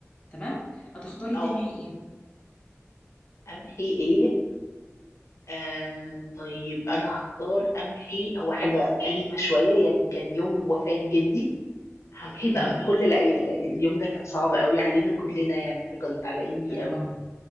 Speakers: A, on the left; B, on the left.
A: تمام هتختاري
B: اه
A: تمحي ايه
B: امحي ايه آه طيب انا هختار امحي هو حاجة أليمة شوية يعني كان يوم وفاة جدي همحيه
A: تمام
B: بقى من كل العيلة يعني اليوم ده كان صعب قوي علينا كلنا يعني احنا كنا متعلقين بيه
A: الله
B: قوي
A: يرحمه